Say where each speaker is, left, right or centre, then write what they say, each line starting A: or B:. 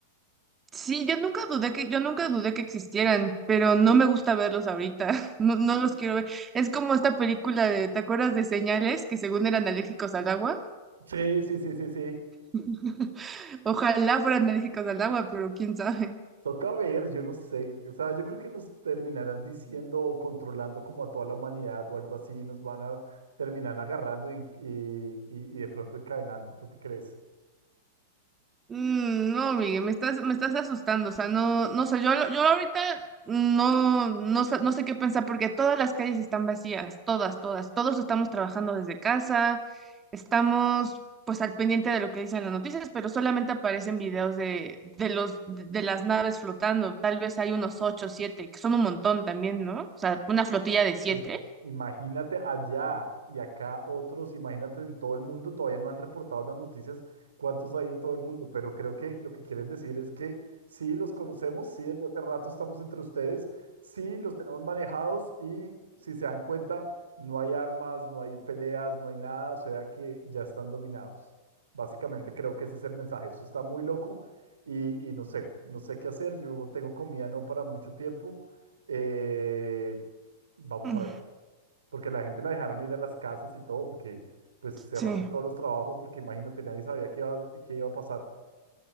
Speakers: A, on the right; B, on the right.
A: Sí, yo nunca dudé que, yo nunca dudé que existieran, pero no me gusta verlos ahorita. <laughs> No, no los quiero ver. Es como esta película de, ¿te acuerdas de Señales? Que según eran alérgicos al agua.
B: Sí, sí, sí, sí, sí.
A: <laughs> Ojalá fueran alérgicos al agua, pero quién sabe.
B: Toca ver, yo no sé, o sea, yo creo que nos terminarán diciendo o controlando como a toda la humanidad o algo así, nos van a terminar agarrando y, y, y- y de pronto encadenando. ¿Tú qué crees?
A: Mm, No, Miguel, me estás, me estás asustando, o sea, no, no sé, yo, yo ahorita no, no, sé- no sé qué pensar porque todas las calles están vacías, todas, todas, todos estamos trabajando desde casa, estamos pues al pendiente de lo que dicen las noticias, pero solamente aparecen videos de, de los, de, de las naves flotando, tal vez hay unos ocho, siete, que son un montón también, ¿no? O sea, una flotilla de siete.
B: Pues imagínate allá y acá otros, imagínate en todo el mundo, todavía no han reportado las noticias cuántos hay en todo el mundo, pero creo que lo que quieren decir es que sí los conocemos, sí desde hace rato estamos entre ustedes, sí los tenemos manejados y si se dan cuenta, no hay armas, no hay peleas, no hay nada, o sea que ya están dominados. Básicamente creo que ese es el mensaje, eso está muy loco y, y no sé, no sé qué hacer, yo tengo comida no para mucho tiempo. Eh, Vamos
A: Mm,
B: a ver porque la gente la dejaron ir a las casas y todo, porque pues cerraron
A: Sí.
B: todos los trabajos, porque imagínate, nadie sabía qué iba, qué iba a pasar.